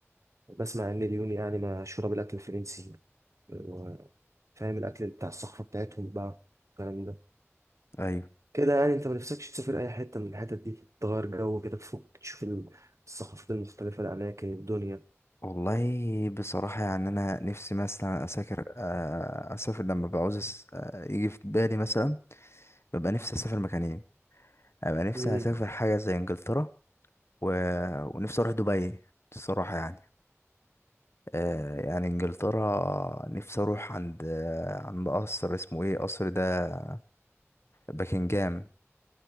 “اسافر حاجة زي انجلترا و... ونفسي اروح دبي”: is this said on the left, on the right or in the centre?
Left